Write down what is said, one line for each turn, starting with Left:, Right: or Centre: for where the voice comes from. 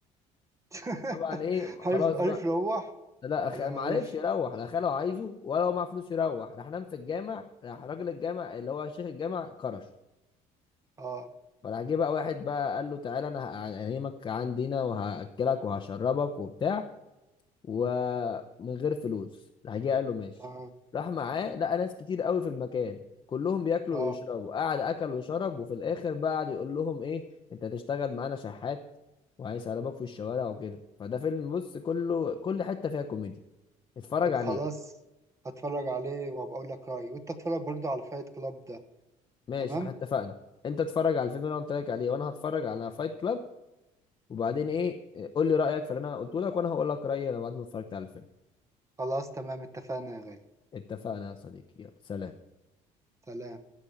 Right: <laughs>
Left: طبعا ايه
Right: عرف
Left: خلاص
Right: عرف
Left: بقى
Right: روح
Left: لا أخ...
Right: ولا
Left: ما
Right: ما عرفش
Left: عرفش يروح لا خاله عايزه ولا هو معاه فلوس يروح راح نام في الجامع راح راجل الجامع اللي هو شيخ الجامع كرشه
Right: اه
Left: فراح جه بقى واحد بقى قال له تعالى انا هنيمك عندنا وهاكلك وهشربك وبتاع ومن غير فلوس راح جه قال له ماشي
Right: تمام
Left: راح معاه لقى ناس كتير قوي في المكان كلهم بياكلوا
Right: اه
Left: ويشربوا قعد اكل وشرب وفي الاخر بقى قعد يقول لهم ايه انت هتشتغل معانا شحات وهيسربك في الشوارع وكده فده فيلم بص كله كل حتة فيها كوميديا اتفرج
Right: طب
Left: عليه
Right: خلاص هتفرج عليه وهبقى اقول لك رأيي وانت اتفرج برضو على فايت كلاب ده
Left: ماشي
Right: تمام
Left: احنا اتفقنا انت اتفرج على الفيلم اللي انا قلت لك عليه وانا هتفرج على فايت كلاب وبعدين ايه قول لي رايك في اللي انا قلته لك وانا هقول لك رايي انا بعد ما اتفرجت على الفيلم
Right: خلاص تمام اتفقنا يا غالي
Left: اتفقنا يا صديقي يلا سلام
Right: سلام